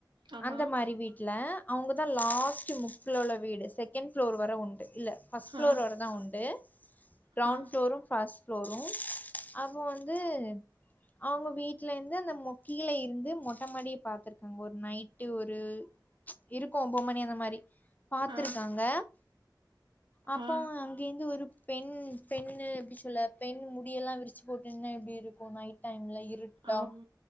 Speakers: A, on the right (about 85°); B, on the left (about 20°).
A: ஆமா
B: அந்த மாதிரி வீட்ல அவங்கதான் லாஸ்ட் முக்குல உள்ள வீடு செ கண்ட் ஃப்ளோர் வர உண்டு இல்ல ஃபர்ஸ்ட் ஃப்ளோர்
A: ஆ
B: வர தா உண்டு கிரௌண்ட்
A: ஆ
B: ஃப்ளோரு ஃபர்ஸ் ஃப்ளோரு அவ வந்து அவங்க வீட்ல இருந்து அந்த மொக்கிழ இருந்து மொ ட்டமாடி பாத்துருக்கங்க ஒரு நைட்டு ஒரு இருக்கு ஒம்போ மணி அந்த மாரி பாத்துரு
A: ஆ
B: காங்க அப்போ
A: ஆ
B: அங்க இருந்து ஒரு பெண் பெண்ணு எப்டி சொல்ல பெண் முடியெல்லா விரிச்சு போட்டு இருந்தா எப்படி இருக்கும் நைட் டைம்ல இருட்டா
A: ஆம்